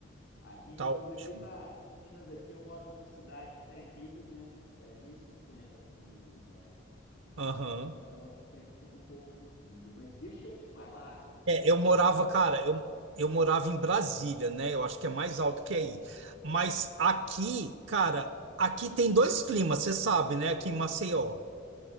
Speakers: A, on the left (about 70°); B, on the right (about 70°).
A: Aqui em Minas
B: tá ótimo.
A: aqui tá, aqui em Minas aqui eu moro numa cidade que tá em 1200, é, 1050 acima do nível do mar.
B: Aham.
A: Mas então aqui sempre fica um pouquinho frio, mas deixa eu te falar.
B: É, eu
A: Agora,
B: morava,
A: não
B: cara, eu, eu morava em Brasília, né? Eu acho que é mais alto que aí. Mas aqui, cara, aqui tem dois climas, você sabe, né, aqui em Maceió.